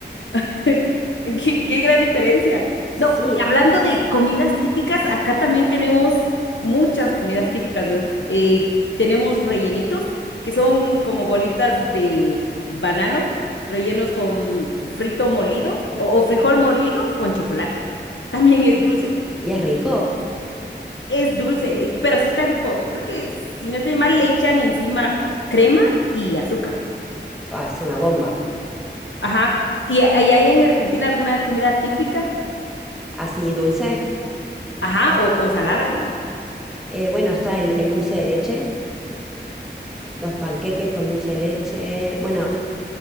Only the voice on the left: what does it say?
<laughs> Eh, Qué, qué gran diferencia. No,
hablando de comidas típicas, acá también tenemos muchas comidas típicas, ¿no? Eh, tenemos rellenitos, que son como bolitas de banano, rellenos con frito molido o, o frijol molido con chocolate. También es dulce.
Es dulce, eh, pero sí está rico. Creo que si no estoy mal, le echan encima crema y azúcar.
Ajá. ¿Y, y hay en Argentina alguna comida típica?
Ajá, o, o salada, ¿no?